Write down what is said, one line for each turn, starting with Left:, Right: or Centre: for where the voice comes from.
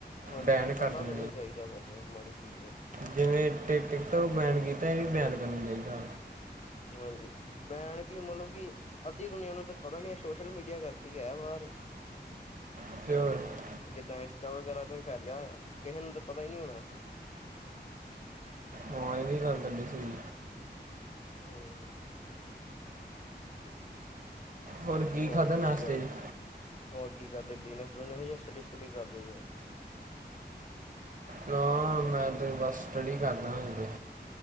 Left: ਹਾਂਜੀ
Right: ਬੈਨ
Left: ਕਰਨਾ
Right: ਕਰ ਦੇਣਾ
Left: ਤਾਂ ਨੀ ਚਾਹੀਦਾ ਵੈਸੇ ਮਾੜੀ ਚੀਜ਼ ਹੈ।
Right: ਜਿਵੇਂ ਟਿਕ ਟੋਕ ਬੈਨ ਕੀਤਾ ਇਹ ਵੀ ਬੈਨ ਕਰਨਾ ਚਾਹੀਦਾ
Left: ਹਾਂਜੀ ਬੈਣ ਕਿ ਮਤਲਬ ਕਿ ਅੱਧੀ ਦੁਨੀਆਂ ਨੂੰ ਤਾਂ ਪਤਾ ਨੀ ਹੈ ਸੋਸ਼ਲ ਮੀਡੀਆ ਕਰਕੇ ਹੀ ਹੈ ਬਾਹਰ <inaudible>
Right: <inaudible>
Left: ਜਿੱਦਾਂ ਇੰਸਟਾ ਵਗੈਰਾ ਤੋਂ ਹੀ ਫੈਲਿਆ ਹੋਇਆ ਕਿਸੇ ਨੂੰ ਤਾਂ ਪਤਾ ਹੀ ਨਹੀਂ ਹੋਣਾ ਸੀ
Right: ਹ ਇਹ ਵੀ ਗੱਲ ਨਹੀਂ ਸੀਗੀ
Left: ਹਮ
Right: ਹੁਣ ਕੀ
Left: ਹੋਰ
Right: ਖਾਧਾ ਨਾਸਤੇ
Left: ਚੱਲ
Right: ਚ
Left: ਹੋਰ ਕੀ ਕਰਦੇ ਬਿਜਨਸ ਬੁਜਨਸ ਜਾਂ ਸਟੱਡੀ ਸਟੱਡੀ ਕਰਦੇ ਜੇ
Right: ਨਾ ਮੈਂ ਤਾਂ ਬਸ ਸਟੱਡੀ ਕਰਦਾ ਹਜੇ